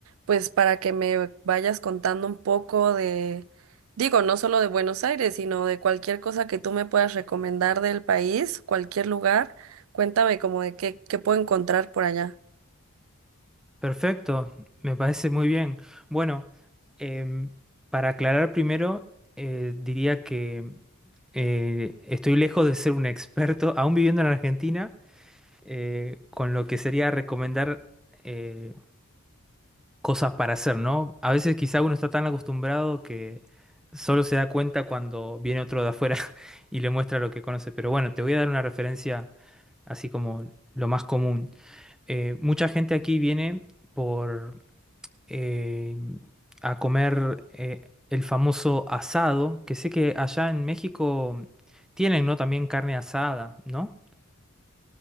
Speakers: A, on the right; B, in the centre.
A: pues para que me vayas contando un poco de, digo, no solo de Buenos Aires, sino de cualquier cosa que tú me puedas recomendar del país, cualquier lugar, cuéntame como de qué, qué puedo encontrar por allá.
B: Perfecto, me parece muy bien. Bueno, em, para aclarar primero, eh, diría que eh, estoy lejos de ser un experto, <laughs> aún viviendo en Argentina, eh, con lo que sería recomendar eh, cosas para hacer, ¿no? A veces quizá uno está tan acostumbrado que solo se da cuenta cuando viene otro de afuera <laughs> y le muestra lo que conoce. Pero bueno, te voy a dar una referencia así como lo más común. Eh, mucha gente aquí viene por eh, a comer eh, el famoso asado, que sé que allá en México tienen, ¿no? También carne asada, ¿no?